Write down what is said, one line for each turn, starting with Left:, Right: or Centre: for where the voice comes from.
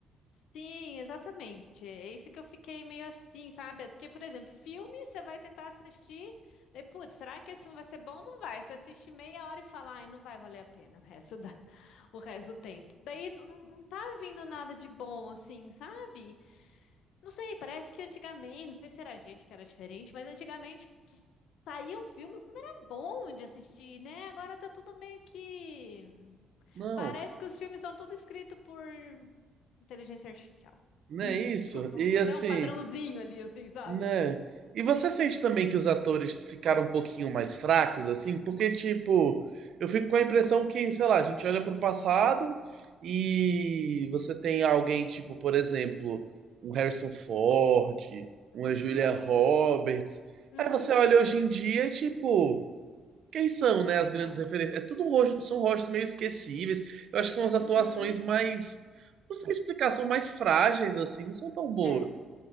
Left: Sim, exatamente. É isso que eu fiquei meio assim, sabe? Porque, por exemplo, filme, você vai tentar assistir, daí, putz, será que esse filme vai ser bom? Não vai. Você assiste meia hora e fala, ai, não vai valer a pena o resto da... <laughs> o resto do tempo. Daí não, não tá vindo nada de bom, assim, sabe? Não sei, parece que antigamente, não sei se era a gente que era diferente, mas antigamente pss, saía um filme, o filme era bom de assistir, né? Agora tá tudo meio que.
Right: Não.
Left: Parece que os filmes são tudo escritos por inteligência artificial.
Right: Não é isso?
Left: <laughs>
Right: E assim,
Left: Deu um padrãozinho ali, assim, sabe?
Right: né? E você sente também que os atores ficaram um pouquinho mais fracos, assim? Porque, tipo, eu fico com a impressão que, sei lá, a gente olha pro passado e você tem alguém, tipo, por exemplo, um Harrison Ford, uma Julia
Left: Uhum,
Right: Roberts.
Left: uhum,
Right: Aí você olha hoje em dia, tipo, quem são, né, as grandes
Left: é,
Right: referências? É tudo um rosto, são rostos meio esquecíveis. Eu acho que são as atuações
Left: uhum,
Right: mais. Não sei explicar, são mais frágeis, assim, não são tão boas.
Left: é.